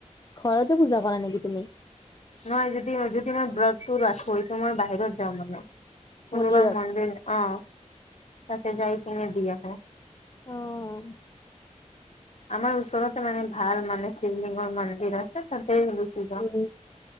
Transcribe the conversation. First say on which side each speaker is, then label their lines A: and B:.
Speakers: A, on the left; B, on the left.
A: ঘৰতে পূজা কৰা নেকি তুমি?
B: নহয় যদি যদি মই ব্ৰতটো ৰাখোঁ সেইটো মই বাহিৰত যাওঁ মানে। কোনোবা
A: মন্দিৰত
B: মন্দিৰ অঁ তাতে যায় কিনে দি আহোঁ।
A: অহ।
B: আমাৰ ওচৰতে মানে ভাল মানে শিৱলিংগৰ মন্দিৰ আছে তাতে গুচি যাওঁ।
A: উম